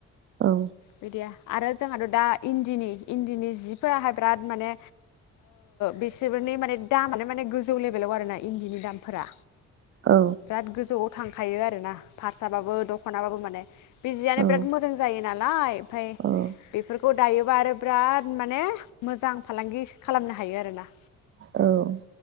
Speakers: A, on the right (about 45°); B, on the left (about 80°).
A: औ
B: बिदिया आरो जोंहाथ' दा इन्दिनि इन्दिनि सिफोराहाय बिराद माने बिसोरनि माने दामानो माने गोजौ लेभेलाव आरो ना इन्दिनि दामफोरा
A: औ
B: बिराद गोजौआव थांखायो आरोना फारसा बाबो दख'नाबाबो माने बि जियानो
A: औ
B: बिराद मोजां जायो नालाय ओमफ्राय
A: औ
B: बेफोरखौ खौ दायोबा आरो बिराद माने मोजां फालांगि खालामनो हायो आरोना
A: औ